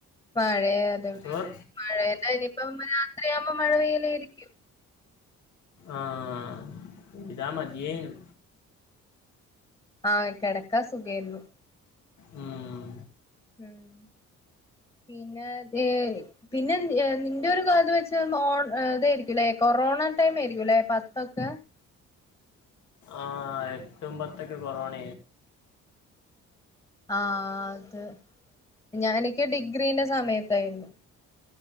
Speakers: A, on the left; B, on the left.
A: മഴയ അതെവിടെ
B: ചോർ
A: മഴ ഇപ്പം രാത്രിയാവുമോ മഴ പെയ്യയിലായിരിക്കും
B: ആഹ് ഇതാ മതിയെന്നു
A: ആഹ കിടക്കാ സുഖേരുന്നു
B: ഉം
A: ഉം പിന്നെ തെ പിന്നെ നിന്റെ ഒരു ക വെച്ച ഓ ഇതായിരിക്കുംല്ലേ കൊറോണ ടൈം ആയിരിക്കുംല്ലെ പത്തൊക്കെ
B: ആഹ് എട്ടും പത്തൊക്കെ കൊറോണ
A: ആഹ് അത് ഞാൻ എനിക്ക് ഡിഗ്രീന്റെ സമയത്തായിരുന്നു